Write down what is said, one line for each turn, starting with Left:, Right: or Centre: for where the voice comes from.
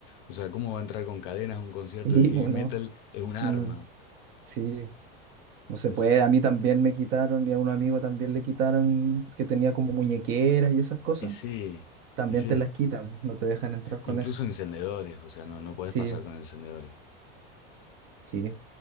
Left: o sea, ¿cómo va a entrar con cadenas a un concierto
Right: Sí,
Left: de heavy
Right: bueno
Left: metal? Es un arma.
Right: Mm, sí, no se
Left: O
Right: puede.
Left: s-
Right: A mí también me quitaron y a un amigo también le quitaron que tenía como muñequeras y esas cosas.
Left: y sí,
Right: También
Left: y sí.
Right: te las quitan, no te dejan entrar con
Left: Incluso
Right: eso.
Left: encendedores, o sea, no, no podés
Right: Sí,
Left: pasar con encendedores.
Right: sí.